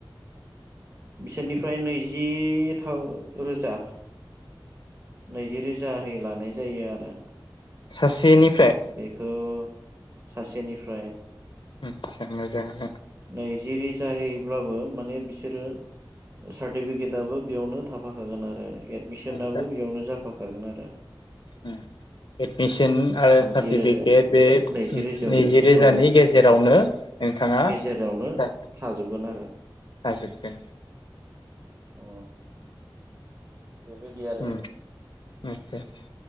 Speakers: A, on the right; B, on the left.
A: बिसोरनिफ्राय नैजिथाम रोजा नैजि रोजाहै लानाय जायो आरो।
B: सासेनिफ्राय
A: बेखौ सासेनिफ्राय
B: <inaudible> मोजांआनो
A: नैजि रोजाहैब्लाबो माने बिसोरो सार्टिफिकेटबो बेयावनो थाफाखागोन आरो एदमिसनाबो
B: आदसा
A: बेयावनो जाफाखागोन आरो
B: उम एडमिसन आरो
A: थामजि
B: सार्टिफिकेट
A: रोजायाव
B: बे
A: नैजि रोजायावनो
B: नैजि रोजानि
A: औ
B: गेजेरावनो नोंथाङा
A: गेजेरावनो
B: जा
A: थाजोबगोन आरो
B: हाजोबगोन
A: अ बेबायदि आरो
B: उम आदसा आसा